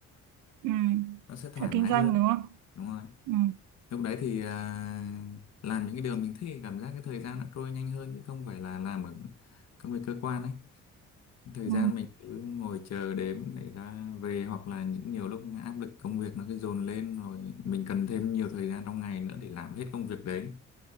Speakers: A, on the right; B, on the left.
A: ừ.
B: nó sẽ thoải
A: phải kinh
B: mái
A: doanh
B: hơn
A: đúng không
B: đúng rồi
A: ừ.
B: lúc đấy thì à, làm những cái điều mình thích cảm giác cái thời gian nó trôi nhanh hơn chứ không phải là làm ở công việc cơ quan ấy thời
A: Ừ.
B: gian mình cứ ngồi chờ đếm để ra về hoặc là những nhiều lúc áp lực công việc nó cứ dồn lên rồi mình cần thêm nhiều thời gian trong ngày nữa để làm hết công việc đấy